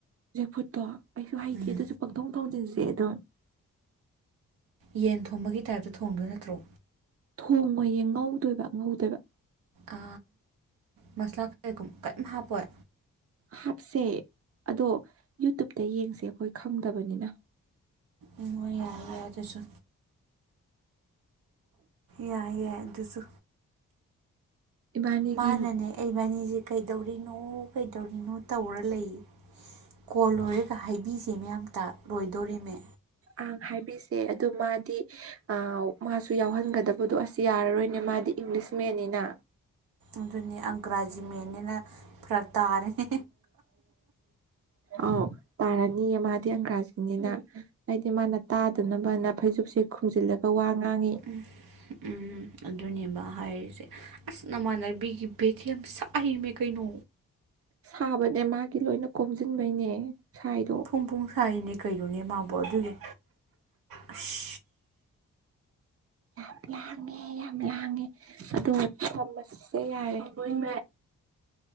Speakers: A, on the right; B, on the right.
A: ꯐꯨꯠꯇꯣ ꯑꯩꯁꯨ ꯍꯩꯇꯦ
B: ꯎꯝ
A: ꯑꯗꯨꯁꯨ ꯄꯪꯊꯣꯡ ꯊꯣꯡꯖꯤꯟꯁꯦ ꯑꯗꯨꯝ꫰꫰
B: ꯌꯦꯟ ꯊꯣꯝꯕꯒꯤ ꯇꯥꯏꯞꯇ ꯊꯣꯡꯗꯣꯏ ꯅꯠꯇ꯭ꯔꯣ꯫
A: ꯊꯣꯡꯉꯣꯏ ꯌꯦ ꯉꯧꯗꯣꯏꯕ ꯉꯧꯗꯣꯏꯕ꯫
B: ꯑ ꯃꯁꯂꯥ ꯀꯩꯒꯨꯝ ꯀꯔꯤꯝ ꯍꯥꯞꯄꯣꯏ꯫
A: ꯍꯥꯞꯁꯦ ꯑꯗꯣ ꯌꯨꯇꯨꯨꯞꯇ ꯌꯦꯡꯁꯦ ꯑꯩꯈꯣꯏ ꯈꯪꯗꯕꯅꯤꯅ꯫
B: ꯎꯝ ꯍꯣꯏ ꯌꯥꯏꯌꯦ ꯑꯗꯨꯁꯨ꯫ ꯌꯥꯏꯌꯦ ꯑꯗꯨꯁꯨ꯫
A: ꯏꯕꯥꯅꯤꯒꯤ
B: ꯃꯥꯅꯅꯦ ꯑꯩꯕꯥꯅꯤꯁꯦ ꯀꯩꯗꯧꯔꯤꯅꯣ ꯀꯩꯗꯧꯔꯤꯅꯣ꯫ ꯇꯧꯔ ꯂꯩ ꯀꯣꯜ ꯂꯣꯏꯔꯒ ꯍꯥꯏꯕꯤꯁꯦ ꯑꯃꯇ ꯂꯣꯏꯗꯣꯔꯤꯃꯦ꯫
A: ꯑ ꯍꯥꯏꯕꯤꯁꯦ ꯑꯗꯨ ꯃꯥꯗꯤ ꯑꯥ ꯃꯥꯁꯨ ꯌꯥꯎꯍꯟꯒꯗꯕꯗꯣ ꯑꯁ ꯌꯥꯔꯔꯣꯏꯅꯦ ꯃꯥꯗꯤ ꯏꯪꯂꯤꯁ ꯃꯦꯟꯅꯤꯅ
B: ꯑꯗꯨꯅꯤ ꯑꯪꯒ꯭ꯔꯥꯖꯤ ꯃꯦꯟꯅꯤꯅ ꯐꯔꯥꯛ ꯇꯥꯔꯅꯤ
A: ꯑꯥꯎ ꯇꯥꯔꯅꯤꯌꯦ ꯃꯥꯗꯤ ꯑꯪꯒ꯭ꯔꯥꯖꯤꯅꯤꯅ ꯑꯩꯗꯤ ꯃꯥꯅ ꯇꯥꯗꯅꯕꯅ ꯐꯩꯖꯨꯞꯁꯦ ꯈꯨꯝꯖꯤꯜꯂꯒ ꯋꯥ ꯉꯥꯡꯉꯤ
B: ꯎꯝ ꯎꯝ ꯑꯗꯨꯅꯦꯕ ꯍꯥꯏꯔꯤꯁꯦ ꯑꯁ ꯅꯃꯥꯟꯅꯕꯤꯒꯤ ꯕꯦꯠꯁ ꯌꯥꯝ ꯁꯥꯏꯃꯦ ꯀꯩꯅꯣ
A: ꯁꯥꯕꯅꯦ ꯃꯥꯒꯤ ꯂꯣꯏꯅ ꯀꯣꯝꯁꯤꯟꯕꯩꯅꯦ ꯁꯥꯏꯗꯣ
B: ꯐꯣꯡ ꯐꯣꯡ ꯁꯥꯔꯤꯅꯦ ꯀꯩꯅꯣꯅꯦ ꯃꯥꯕꯨ ꯑꯗꯨꯒꯤ ꯑꯁ
A: ꯌꯥꯝ ꯂꯥꯡꯉꯦ ꯌꯥꯝ ꯂꯥꯡꯉꯦ ꯑꯗꯣ ꯊꯝꯃꯁꯦ ꯌꯥꯔꯦ <unintelligible>